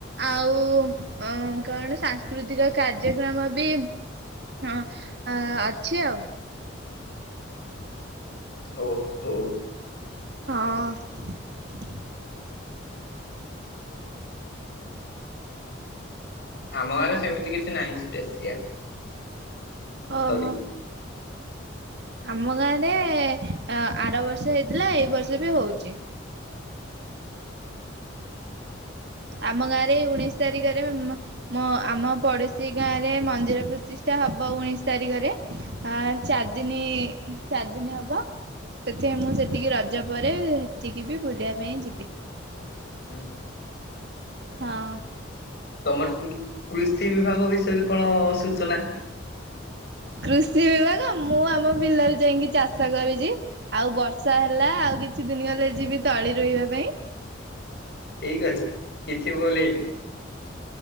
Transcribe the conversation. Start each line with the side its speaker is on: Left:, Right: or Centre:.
Right: ଆଉ କଣ ସାଂସ୍କୃତିକ କାର୍ଯ୍ୟକ୍ରମ ବି ହଁ ଆ ଅଛି ଆଉ।
Left: ଓ ହଉ।
Right: ହଁ।
Left: ଆମ ଗାଁରେ ସେମିତି କିଛି ନାହିଁ ସ୍ପେସିଆଲ।
Right: ଅହ
Left: ସରି
Right: ଆମ ଗାଁ ରେ ଏ ଏ ଅଁ ଆର ବର୍ଷ ହେଇଥିଲା ଏଇ ବର୍ଷ ବି ହଉଚି।
Left: <unintelligible>
Right: ଆମ ଗାଁ ଏଇ ଉଣେଇଶ ତାରିଖରେ ମା ମ ଆମ ପଡୋଶୀ ଗାଁ ରେ ମନ୍ଦିର ପ୍ରତିଷ୍ଠା ହବ ଉଣେଇଶି ତାରିଖରେ। ଆ ଚାର ଦିନି ଚାର ଦିନି ହବ। ସେଥିପାଇଁ ମୁଁ ସେତିକି ରଜ ପରେ ହେଠିକି ବି ବୁଲିବା ପାଇଁ ଯିବି।
Left: ହୁଁ।
Right: ହଁ।
Left: ତମର କୁ କୃଷି ବିଭାଗ ବିଷୟରେ କଣ ସୂଚନା?
Right: କୃଷି ବିଭାଗ ମୁଁ ଆମ ବିଲରେ ଯାଇଁକି ଚାଷ କରୁଚି। ଆଉ ବର୍ଷା ହେଲା ଆଉ କିଛି ଦିନି ଗଲେ ଯିବି ତଳି ରୋଇବା ପାଇଁ।
Left: ଠିକ୍ ଅଛି କିଛି ଭୁଲୁ ହେଇନି।